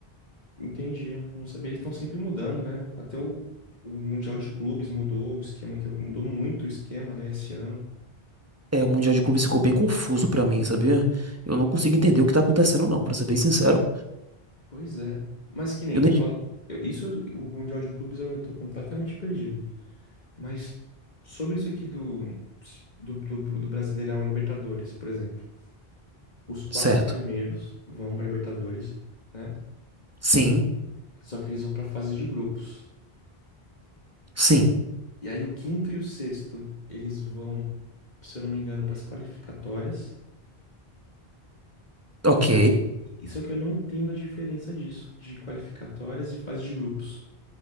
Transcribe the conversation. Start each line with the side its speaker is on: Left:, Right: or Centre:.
Left: Entendi. Não sabia. Eles estão sempre mudando, né? Até o, o Mundial de Clubes mudou o esquema, que mudou muito o esquema, né, esse ano.
Right: É, o Mundial de Clubes ficou bem confuso pra mim, sabia? Eu não consigo entender o que tá acontecendo, não, pra ser bem sincero.
Left: Pois é. Mas que nem,
Right: Eu nem.
Left: fala,
Right: ti-
Left: eu- isso, o Mundial de Clubes eu ainda tô completamente perdido. Mas sobre isso aqui do, do, do, do Brasileirão Libertadores, por exemplo. Os quatro
Right: Certo.
Left: primeiros vão pra Libertadores, né?
Right: Sim,
Left: Só que eles vão pra fase de grupos.
Right: sim.
Left: E aí o quinto e o sexto, eles vão, se eu não me engano, pras qualificatórias.
Right: Ok,
Left: E Só que eu não entendo a diferença disso, de qualificatórias e fase de grupos.